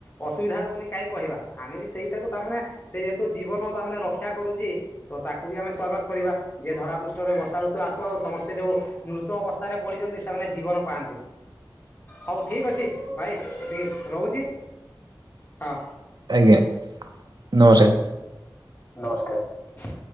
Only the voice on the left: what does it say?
ଅସୁବିଧା ବୋଲି କାହିଁ କହିବା ଆମେ ବି ସେଇଟାକୁ ତାମାନେ ସେ ଯେହେତୁ ଜୀବନ ତାମାନୋନେ ରକ୍ଷା କରୁଚି। ତ ତାକୁ ବି ଆମେ ସ୍ଵାଗତ କରିବା ଯେ ଧରାପୃଷ୍ଠରେ ବର୍ଷା ଋତୁ ଆସୁ ଆଉ ସମସ୍ତେ ଯୋଉ ମୃତ ଅବସ୍ଥାରେ ପଡିଛନ୍ତି ସେମାନେ ଜୀବନ ପାଆନ୍ତୁ ହଉ। ଠିକ୍ ଅଛି ଭାଇ ଟିକେ ରହୁଚି ହଁ।
ନମସ୍କାର।